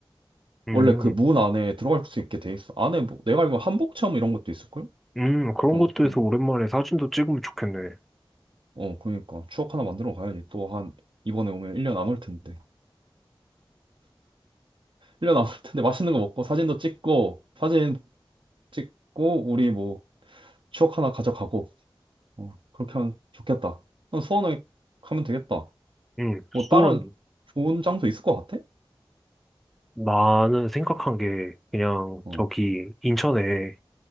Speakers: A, in the centre; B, on the right (about 65°).
A: 음,
B: 원래 그 문 안에 들어갈 수 있게 돼 있어. 안에 뭐 내가 알고 한복 체험 이런 것도 있을걸?
A: 음, 그런
B: 경복궁
A: 것도 해서 오랜만에 사진도 찍으면 좋겠네.
B: 어, 그러니까. 추억 하나 만들어 가야지. 또 한, 이번에 오면 1년 안 올 텐데. 1년 안 올 텐데 맛있는 거 먹고 사진도 찍고, 사진 찍고, 우리 뭐, 추억 하나 가져가고, 어, 그렇게 하면 좋겠다. 그럼 수원에 가면 되겠다.
A: 음,
B: 뭐,
A: 수원,
B: 다른 좋은 장소 있을 것 같아?
A: 나는 생각한 게 그냥
B: 어,
A: 저기 인천에